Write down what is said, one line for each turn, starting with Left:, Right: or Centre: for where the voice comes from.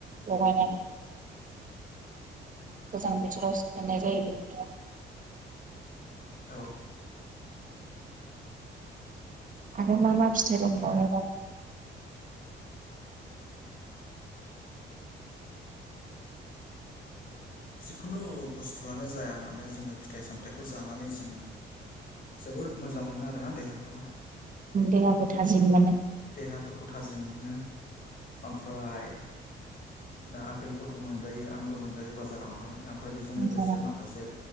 Right: लगायनानै गोजां बोथोराव सोलायनाय जायो बे बोथोरा
Left: औ
Right: आरो माबा फिथाइ दंबावो
Left: ओमफ्राय
Right: दा।
Left: जिकुनु बुस्थुआनो जाया मानो जोङो फिथाइ सामथाइखौ जानानै जोङो जोबोर मोजां मोनो आरोना देहाखौहाय
Right: देहाखौ थाजिम मोनो
Left: देहाफोरखौ थाजिम मोनो। आमफ्राय दा आपेलफोरखौ मोनजायो आंगुर मोनजायो बाजार बावहाय आमफ्राय बेजों लोगोसे
Right: आसारा
Left: माखासे